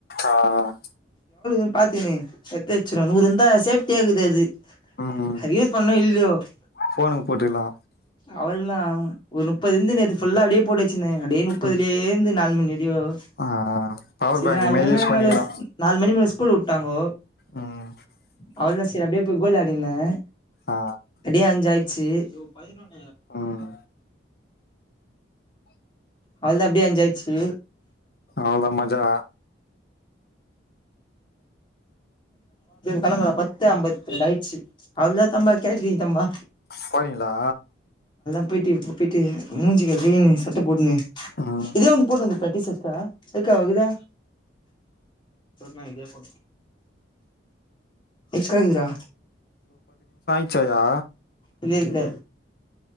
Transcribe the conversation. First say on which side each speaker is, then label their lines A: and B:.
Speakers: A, on the left; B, on the left.
A: ஆ
B: <unintelligible> பாார்த்தீினு எத்த வச்சுடு நரு இருந்தா சேப்டி ஆகுது அது
A: ம்
B: அதுயூஸ் பண்ண இல் <unintelligible>
A: ஃபோனுக்கு போட்டுக்கலா
B: அவள்தான் ஒரு முப்பது இருந்து நே புல்லா அப்டியே போடு <unintelligible> முப்பதிலே
A: ம்
B: இருந்து <unintelligible> <unintelligible>
A: ஆ பவர்
B: சரி
A: பேங்க்
B: நு
A: மாரி
B: மணி
A: யூஸ்
B: மே
A: பண்ணிக்கலா
B: நாலு மணி மேல ஸ்கூல் விட்டாங்கோ
A: ம்
B: அவ சரி அப்டியே போய் கோல் ஆடிிருந்தன்
A: ஆ
B: அடியா அஞ்ச ஆயச்சு <unintelligible>
A: ஆஹ்
B: அவளதான் அப்படியே அஞ்சுசாயிச்சு
A: அவதா மஜா
B: கிளம்பலாம் பத்து ஐம்பத்த ரெண்டு ஆயிடுச்சு அவ்வளா தம்பா கேட்டறீங்க தம்பா
A: பாறீங்களா
B: <unintelligible>
A: ம்
B: இதே வந்து போட வந்து பிரத்திசத்தா எக்காவகுதா ந இது எப்போ எஸ்கந்திரா
A: ச்சயா
B: இல்லஇல்ல